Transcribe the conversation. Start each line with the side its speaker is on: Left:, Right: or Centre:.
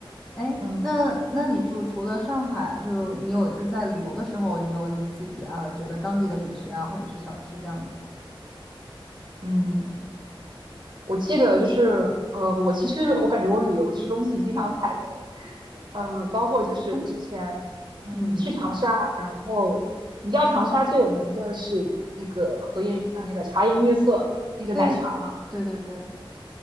Centre: 哎，
Right: 嗯
Centre: 那那你就除了上海，就你有就是在旅游的时候，有没有你自己啊觉得当地的美食啊，或者是小吃这样子？
Right: 嗯。嗯我记得就是，呃，我其实我感觉我旅游吃东西经常踩雷，呃，包括就是我之前，
Centre: <laughs>
Right: 嗯，
Centre: 嗯，
Right: 去长沙，然后你知道长沙最有名的是那个和颜，呃，那个茶颜悦色那个奶茶嘛，
Centre: 对，对对对，